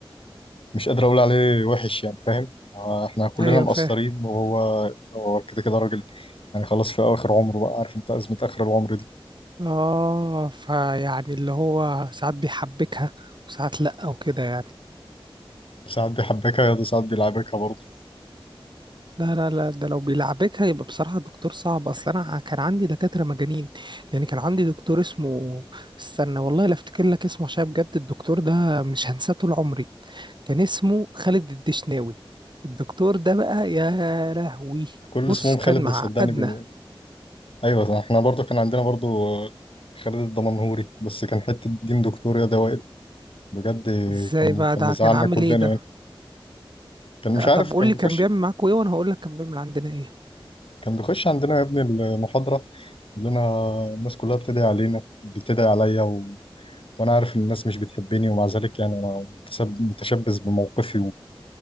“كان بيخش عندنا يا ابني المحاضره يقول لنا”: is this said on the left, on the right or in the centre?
Left